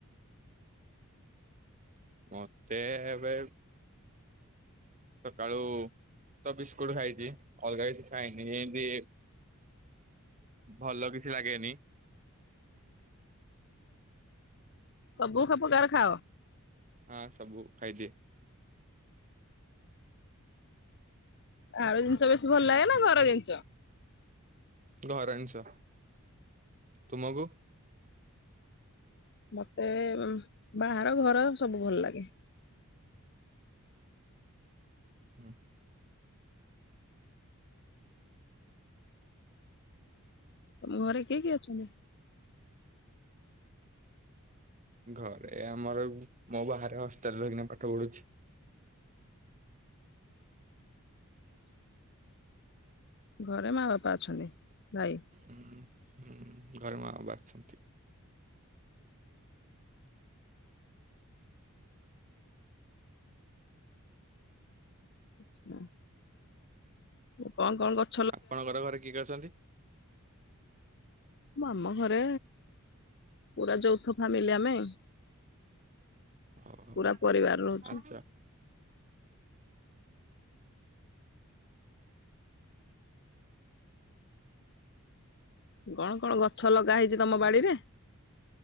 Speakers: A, on the right; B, on the left.
A: ମତେ ଏବେ ସକାଳୁ ତ ବିସ୍କୁଟ୍ ଖାଇଚି ଅଲଗା କିଛି ଖାଇନି ଏମତି। ଭଲ କିଛି ଲାଗେନି।
B: ସବୁ ସବୁ ପକାର ଖାଅ?
A: ହଁ ସବୁ ଖାଇଚି।
B: ବହାର ଜିନିଷ ବେଶୀ ଭଲ ଲାଗେ ନା ଘର ଜିନିଷ?
A: ଘରଜିନିଷ ତୁମକୁ?
B: ମତେ ବାହାର ଘର ସବୁ ଭଲ ଲାଗେ।
A: ହୁଁ।
B: ତମ ଘରେ କିଏ କିଏ ଅଛନ୍ତି?
A: ଘରେ ଆମର ମୋ ବାହାରେ ହଷ୍ଟେଲ୍ ରହିକିନା ପାଠ ପଢୁଛି।
B: ଘରେ ମା ବାପା ଅଛନ୍ତି ଭାଇ?
A: ହୁଁ ହୁଁ ଘରେ ମା ବାବା ଆସିଛନ୍ତି।
B: <inaudible> କଣ କଣ କରୁଚ?
A: ଆପଣଙ୍କର ଘରେ କିଏ କିଏ ଅଛନ୍ତି?
B: ମୁଁ ଆମ ଘରେ ପୁରା ଯୌଥ ଫାମିଲି ଆମେ।
A: ଓହୋ
B: ପୂରା ପରିବାର ରହୁଛୁ।
A: ଆଚ୍ଛା
B: କଣ କଣ ଗଛ ଲଗା ହେଇଚି ତମ ବାଡିରେ?